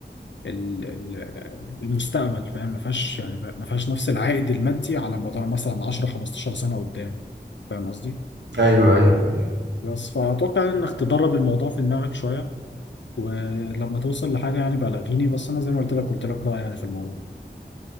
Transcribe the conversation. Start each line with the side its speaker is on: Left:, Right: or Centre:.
Left: ال- المستقبل فاهم ما فيهاش يعني ما فيهاش نفس العائد المادي على مدار مثلا 10 15 سنة قدام فاهم قصدي
Right: ايوه ايوه ايوه
Left: بس فأتوقع إنك تدرب الموضوع في دماغك شوية ولما توصل لحاجة يعني بلغيني بس أنا زي ما قلت لك قلت لك رأيي يعني في الموضوع